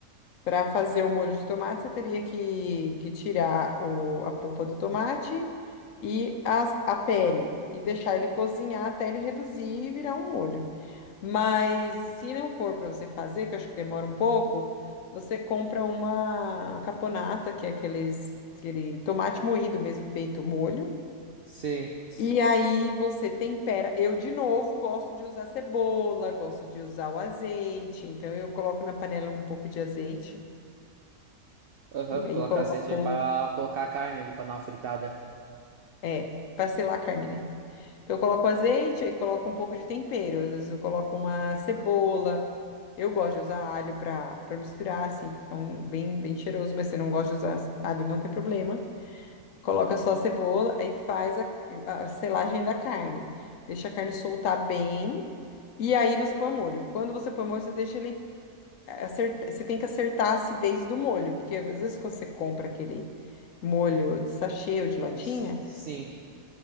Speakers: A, on the left; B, on the right.
A: Para fazer o molho de tomate, você teria que, que tirar o, a polpa do tomate e as- a pele e deixar ele cozinhar até ele reduzir e virar um molho. Mas se não for para você fazer, que eu acho que demora um pouco, você compra uma caponata, que é aqueles, aquele tomate moído mesmo, feito molho.
B: sim.
A: E aí você tempera. Eu, de novo, gosto de usar cebola, gosto de usar o azeite. Então eu coloco na panela um pouco de azeite
B: Aham,
A: e
B: tu
A: aí
B: coloca
A: coloco,
B: azeite aí pra colocar a carne ali pra dar uma fritada.
A: é, para selar a carne, né? Então eu coloco azeite, aí coloco um pouco de tempero, às vezes eu coloco uma cebola. Eu gosto de usar alho para para misturar, assim, fica um, bem, bem cheiroso, mas se você não gosta de usar alho, não tem problema. Coloca só a cebola, aí faz a, a selagem da carne. Deixa a carne soltar bem, e aí você põe o molho. Quando você põe o molho, você deixa ele acertar, você tem que acertar a acidez do molho, porque às vezes quando você compra aquele molho de sachê ou de latinha,
B: Es- Sim,